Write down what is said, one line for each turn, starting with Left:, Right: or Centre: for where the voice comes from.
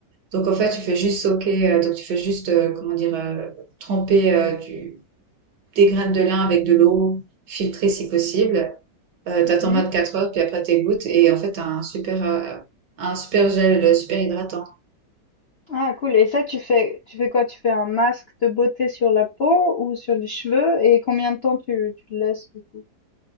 Right: Donc en fait, tu fais juste sauquer, euh, donc tu fais juste, euh, comment dire, euh, tremper euh, du, des graines de lin avec de l'eau, filtrée si possible. Euh,
Left: Mmh
Right: t'attends 24 heures, puis après t'égouttes, et en fait, t'as un super, euh, un super gel, euh, super hydratant.
Left: Ah cool et ça tu fais tu fais quoi? Tu fais un masque de beauté sur la peau ou sur les cheveux et combien de temps tu tu le laisses du coup?